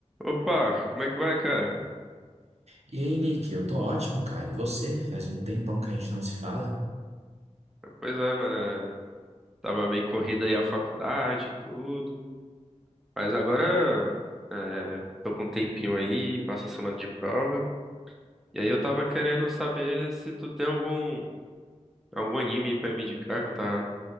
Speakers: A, in the centre; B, on the right.
A: Opa, como é que vai, cara?
B: E aí, Nick, eu tô ótimo, cara. E você? Faz um tempão que a gente não se fala?
A: Pois é, mano, é, tava meio corrida aí a faculdade, e tudo, mas agora é, tô com um tempinho aí, passa a semana de prova, e aí eu tava querendo saber se tu tem algum, algum anime aí pra me indicar, que eu tava,